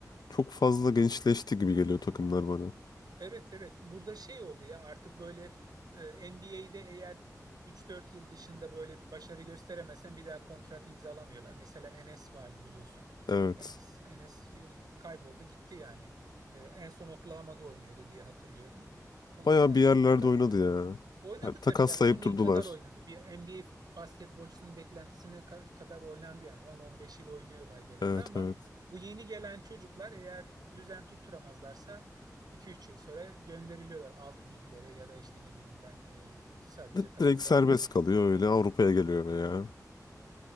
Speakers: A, on the left; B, on the right.
A: çok fazla gençleşti gibi geliyor takımlar bana.
B: Evet evet burada şey oldu ya artık böyle e, NBA'de eğer üç dört yıl dışında böyle bir başarı gösteremezsen bir daha kontrat imzalamıyorlar. Mesela Enes vardı biliyorsun.
A: Evet.
B: Enes Enes e, kayboldu gitti yani. E, en son Oklahoma'da oynuyordu diye hatırlıyorum. Ondan
A: Bayağı bir
B: sonra
A: yerlerde
B: da bıraktı.
A: oynadı ya.
B: Oynadı
A: Ha, Takaslayıp
B: tabii yani 10 yıl
A: durdular.
B: kadar oynadı. Bir NBA fut- basketbolcusunun beklentisine ka- kadar oynandı yani 10-15 yıl oynuyorlar genelde
A: Evet
B: ama
A: evet.
B: bu yeni gelen çocuklar eğer düzen tutturamazlarsa 2-3 yıl sonra gönderiliyorlar alt liglere ya da işte ne bileyim ben e, sadece
A: Di-
B: takımda
A: Direkt serbest kalıyor
B: <laughs>
A: öyle Avrupa'ya geliyor veya.